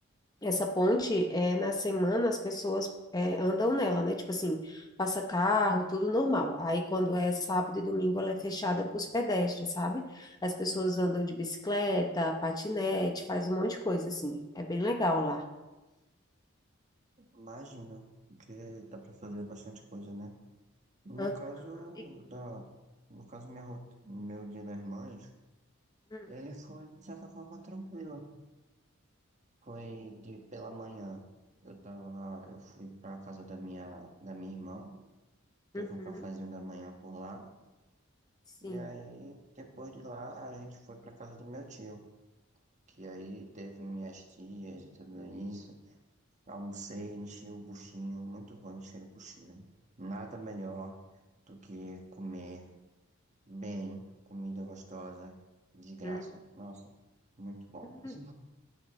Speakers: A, on the left; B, on the right.
A: essa ponte, é, na semana, as pessoas é, andam nela, né? Tipo assim, passa carro, tudo normal. Aí, quando é sábado e domingo, ela é fechada para os pedestres, sabe? As pessoas andam de bicicleta, patinete, faz um monte de coisa, assim. É bem legal lá.
B: imagino que dá pra fazer bastante coisa, né? No
A: Aham.
B: caso
A: E-
B: da, no caso minha rot- meu Dia das Mães,
A: hum,
B: ele foi de certa forma tranquilo. Foi de pela manhã. Eu tava, eu fui pra casa da minha da minha irmã, teve
A: uhum,
B: um cafezinho da manhã por lá.
A: Sim.
B: E aí, depois de lá, a gente foi pra casa do meu tio, que aí teve minhas tias e tudo isso. Almocei, enchi o buchinho, muito bom encher o buchinho. Nada melhor do que comer bem, comida gostosa, de graça.
A: Hum.
B: Nossa, muito bom.
A: <laughs>
B: <laughs>